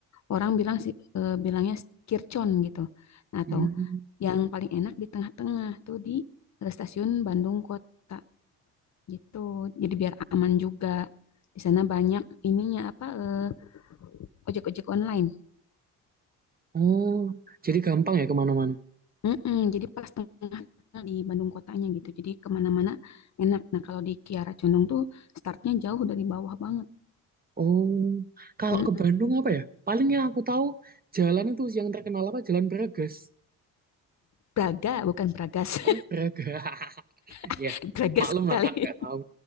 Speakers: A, on the left (about 40°); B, on the right (about 20°).
A: orang bilang sih eh, bilangnya Kircon gitu. Nah, atau
B: Hmm.
A: yang paling enak di tengah-tengah tuh di eh, stasiun Bandung Kota gitu. Jadi biar aman juga. Di sana banyak ininya apa eh, ojek-ojek online.
B: Oh, jadi gampang ya kemana-mana.
A: Mm-mm, jadi pas tengah-tengah di Bandung kotanya gitu. Jadi kemana-mana enak. Nah kalau di Kiara Condong tuh startnya jauh dari bawah banget.
B: Oh, kalau
A: Mm-mm.
B: ke Bandung apa ya? Paling yang aku tahu jalan itu yang terkenal apa? Jalan Bragas.
A: Braga bukan Bragas,
B: Oh, Braga. <laughs>
A: <laughs>
B: Ya,
A: Bragas
B: maklum
A: sekali.
B: lah Kak, nggak tahu.